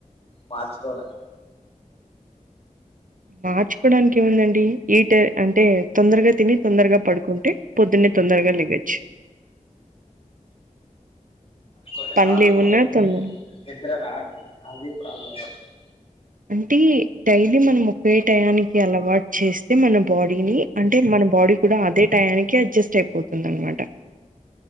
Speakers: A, on the left; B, on the right.
A: మార్చుకోవడానికి
B: మార్చుకోవడానికి ఏముందండి ఈ టై అంటే తొందరగా తిని తొందరగా పడుకుంటే పొద్దునే తొందరగా లెగోచ్చు
A: కొన్నిసార్లు
B: పనులు ఏమున్నా
A: పడుకుంటే
B: తొందర
A: నిద్ర రాదండి అది ప్రాబ్లం అవుతుంది
B: అంటే డైలీ మనం ఒకే టయానికి అలవాటు చేస్తే మన బాడీని అంటే మన బాడీ కూడా అదే టయానికి అడ్జస్ట్ అయిపోతుంది అనమాట